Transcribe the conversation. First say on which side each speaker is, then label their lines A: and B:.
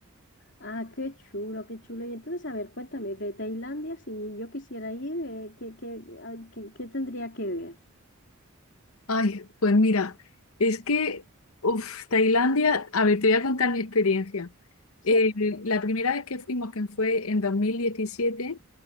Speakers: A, on the left (about 55°); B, on the left (about 75°).
A: Ah, qué chulo, qué chulo. Y entonces, a ver, cuéntame, de Tailandia, si yo quisiera ir, eh, ¿qué, qué- a- qué- qué tendría que ver?
B: Ay, pues mira, es que, uf, Tailandia, a ver, te voy a contar mi experiencia. Eh,
A: Sí,
B: la primera vez que fuimos, que fue en 2017,